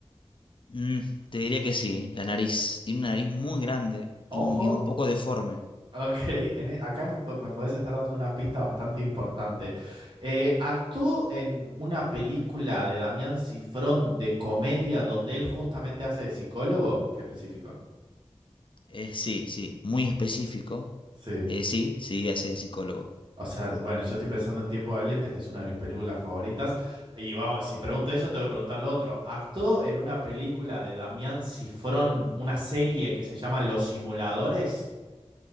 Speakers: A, on the left; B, on the right.
A: Mm, te diría que sí, la nariz. Tiene una nariz muy grande y,
B: Ojo.
A: y un poco deforme.
B: Ok, en e- acá me, pu- me puedes estar dando una pista bastante importante. Eh, actuó en una película de Damián Cifrón de comedia donde él justamente hace de psicólogo. Qué específico.
A: Eh, sí, sí, muy específico.
B: Sí.
A: Eh, sí, sí, hace de psicólogo.
B: O sea, bueno, yo estoy pensando en Tiempo Valiente, que es una de mis películas favoritas. Y vamos, si pregunto eso, te voy a preguntar lo otro. Actuó en una película de Damián Cifrón, una serie que se llama Los Simuladores.